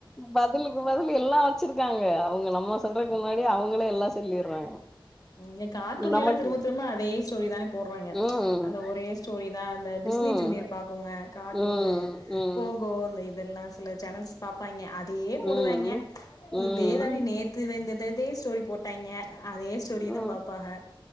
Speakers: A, in the centre; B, on the left.
A: பதிலுக்கு பதில் எல்லாம் வச்சிருக்காங்க அவங்க நம்ம சொல்றதுக்கு முன்னாடி அவங்க களே எல்லாத்தையும் சொல்லிடுறாங்க
B: இங்கே கார்ட்டூன்ல
A: நமக்கு
B: எல்லாம் திரும்ப திரும்ப அதே ஸ்டோரி தானே போடுறாங்க
A: ம்
B: அந்த ஒரே ஸ்டோரிதான் அந்த டிஸ்னி
A: ம்
B: ஜூனியர் பாக்கோங்க கார்ட்டூனு
A: ம் ம்
B: போகோ இந்த இதெல்லாம் சில சேனல்ஸ் பாப்பாய்ங்க அதே போடுவாங்க
A: ம் ம்
B: இதே தாண்டி நேத்துலந்தே ஸ்டோரி போட்டாங்க அதே ஸ்டோரியதும்
A: ம்
B: பாப்பாக